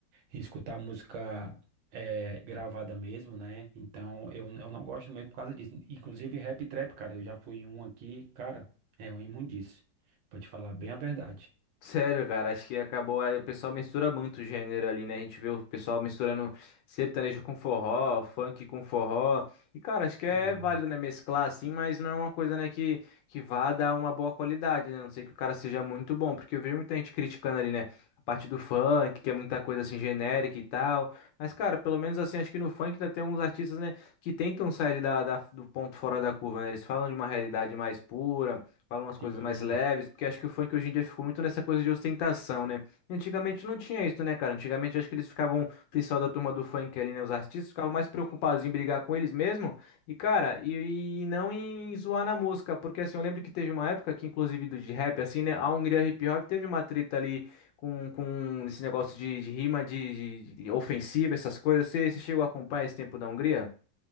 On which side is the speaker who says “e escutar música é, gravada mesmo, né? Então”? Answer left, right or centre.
Right